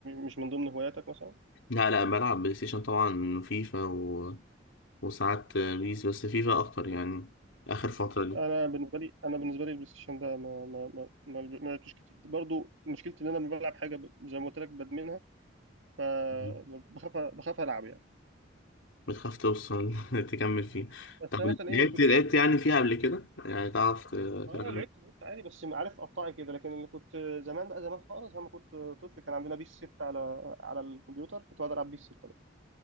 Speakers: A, on the right; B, on the left.
A: مش من ضمن هواياتك مثلا
B: لا لا بلعب بلاي ستيشن طبعا فيفا و... وساعات بيس بس فيفا أكتر يعني آخر فترة دي
A: انا بالنسبه لي انا بالنسبه لي البلاي ستيشن ده ما ما ما ما ما لعبتوش كتير برضو مشكلتي ان انا لما بلعب حاجه ب- زي ما قلت لك بدمنها فبخاف
B: مم.
A: بخاف العب يعني
B: بتخاف توصل <laughs> تكمل فيه
A: بس
B: طب
A: انا مثلا
B: لعبت
A: ايه كنت
B: مم. لعبت يعني فيها قبل كده يعني تعرف ت-
A: اه
B: تلعب
A: لعبت لعبت عادي بس عارف قطعي كده لكن اللي كنت زمان بقى زمان خالص لما كنت طفل كان عندنا بيس 6 على على الكمبيوتر كنت بقعد العب بيس 6 بقى